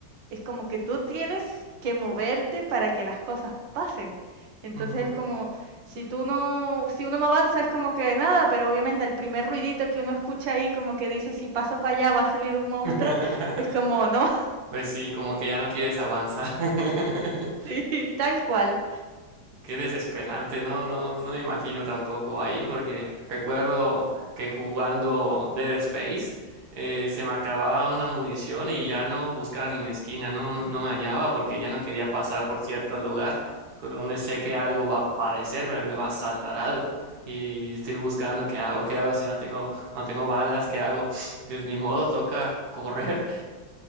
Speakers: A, on the right; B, on the right.
A: es como que tú tienes que moverte para que las cosas pasen. Entonces
B: <laughs> Ujú.
A: es como, si tú no, si uno no avanza, es como que nada, pero obviamente el primer ruidito que uno escucha ahí, como que dice, si paso para allá va a salir un monstruo,
B: <laughs>
A: es como, no,
B: Pues sí, como que ya no quieres avanzar. <laughs>
A: <laughs> sí, tal cual.
B: Qué desesperante, no, no, no me imagino tampoco ahí, porque recuerdo que jugando Dead Space eh, se me acababa una munición y ya no buscaba ni mi esquina, no, no, no me hallaba porque ya no quería pasar por cierto lugar con donde sé que algo va a aparecer, me, me va a saltar algo. Y estoy buscando qué hago, qué hago si no tengo, no tengo balas, qué hago. Pues ni modo, toca correr.